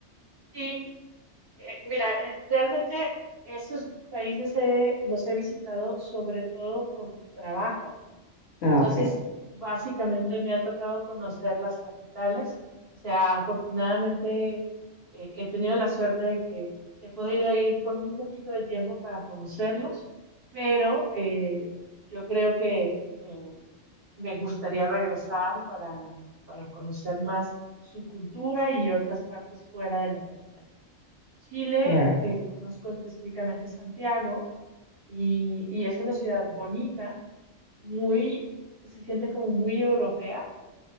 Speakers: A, on the right; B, on the left.
A: sí. Eh, mira, eh, realmente esos países eh, los he visitado sobre todo por trabajo Entonces,
B: Ah, ok,
A: básicamente me ha tocado conocer las capitales. O sea, afortunadamente eh, he tenido la suerte de que he podido ir con un poquito de tiempo para conocerlos, pero eh, yo creo que eh, me gustaría regresar para, para conocer más su cultura y otras partes fuera de la capital. Chile,
B: claro,
A: eh, conozco específicamente Santiago y, y es una ciudad bonita muy, se siente como muy europea